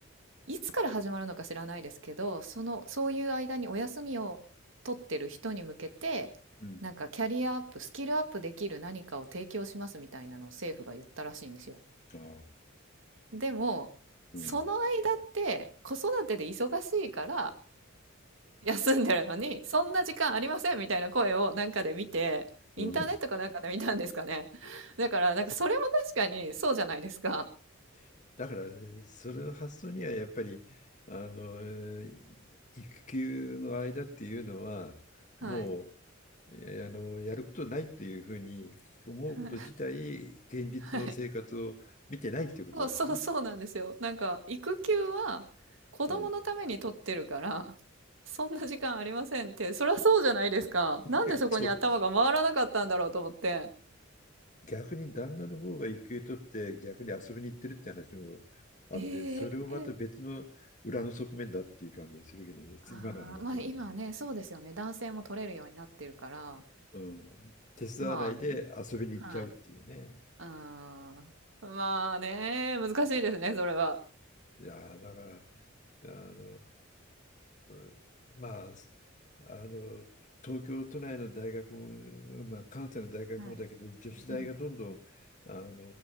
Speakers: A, on the right; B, on the left.
A: いつから始まるのか知らないですけど、そのそういう間にお休みを取ってる人に向けて、
B: うん。
A: なんかキャリアアップ、スキルアップできる何かを提供しますみたいなのを政府が言ったらしいんですよ。
B: ああ、
A: でも、
B: うん、
A: その間って子育てで忙しいから休んでるのに、そんな時間ありませんみたいな声をなんかで見て、インターネットかなんかで見たんですかね。
B: うん。
A: だからなんかそれも確かにそうじゃないですか。
B: <laughs> だから、それの発想にはやっぱり、あの、えー育休の間っていうのは、
A: はい。
B: もう、えーあの、やることないというふうに思うこと自体、
A: は
B: 現実の生活を見てないっていうことだよね。
A: い。そうそうそうなんですよ。なんか育休は子供のために取ってるからそんな時間ありませんって、
B: うん。
A: そりゃそうじゃないですか。なんでそこに頭が回らなかったんだろうと思って。
B: <laughs> そう。逆に旦那の方が育休取って逆に遊びに行ってるって話もあって、
A: ええ
B: それをまた別の裏の側面だっていう感じがするけどね、
A: ああー、
B: 今の話の。
A: まあ今ね、
B: う
A: そうですよね。男性も取れるようになってるから、
B: ん。うん手伝わないで遊びに行っちゃうっていうね。
A: まあね、はい。ああ、まあね、難しいですね、それは。
B: いやーだからあのーまああの東京都内の大学も、まあ、関西の大学もだけど女子大がどんどんあの
A: はい。うんうん。